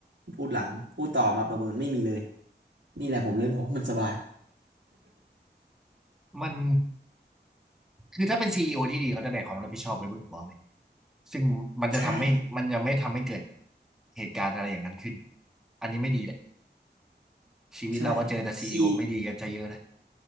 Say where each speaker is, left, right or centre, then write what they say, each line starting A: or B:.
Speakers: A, on the right; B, in the centre.
A: พูดหลังพูดต่อมาประเมินไม่มีเลยนี่แหละผมเลยบอกว่ามันสบาย
B: มันคือถ้าเป็นซีอีโอที่ดีเขาจะแบกความรับผิดชอบไว้บนหัวเว้ยซึ่งมันจะทำให้มันจะไม่ทำให้เกิด
A: <laughs> ใช่
B: เหตุการณ์อะไรอย่างนั้นขึ้นอันนี้ไม่ดีแหละชีวิตเราก็เจอแต่ซีอีโอไม่ดีกันซะเยอะเลย
A: ใช่ซี